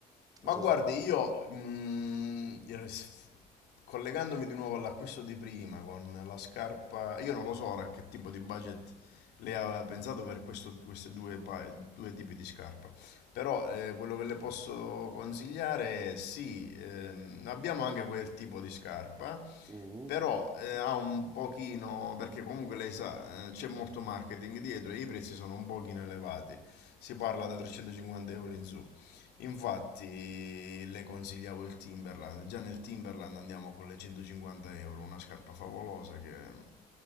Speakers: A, on the right (about 20°); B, on the left (about 80°).
A: Non
B: Ma
A: so
B: guardi,
A: se...
B: io mm, res- collegandomi di nuovo all'acquisto di prima con la scarpa, io non lo so ora che tipo di budget lei aveva pensato per questo- questi due, pa- due tipi di scarpa, però eh, quello che le posso consigliare è sì, ehm, abbiamo anche quel tipo di scarpa,
A: Mhm.
B: però eh, ha un pochino, perché comunque lei sa, eh, c'è molto marketing dietro e i prezzi sono un pochino elevati, si parla da 350 euro in su. Infatti le consigliavo il Timberland, già nel Timberland andiamo con le 150 euro, una scarpa favolosa che...